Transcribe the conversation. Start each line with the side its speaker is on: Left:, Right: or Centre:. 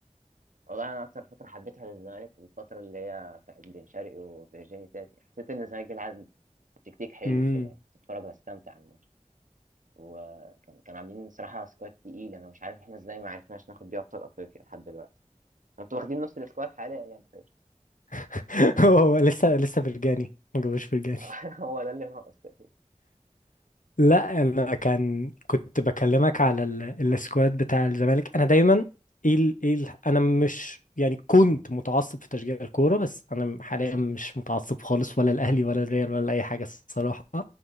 Right: والله انا اكتر فترة حبيتها للزمالك الفترة اللي هي بتاعت بن شرقي وفيرجيني ساسي حسيت ان الزمالك بيلعب تكتيك حلو
Left: امم
Right: كده يعني كنت اتفرج واستمتع على الماتش وكان كان عاملين صراحة سكواد تقيل انا مش عارف احنا ازاي ما عرفناش ناخد بيه ابطال افريقيا لحد دلوقتي انتوا واخدين نص السكواد حاليا يعني فاهم
Left: <laughs> هو هو لسه لسه فرجاني ما جابوش فرجاني
Right: آه، <laughs> هو ده اللي ناقص تقريبا
Left: لا انا كان كنت بكلمك على ال- السكواد بتاع الزمالك انا دايما ايه ال... ايه ال... انا مش يعني كنت متعصب في تشجيع الكوره بس انا حاليا مش متعصب خالص ولا الاهلي ولا الريال ولا اي حاجه الصراحه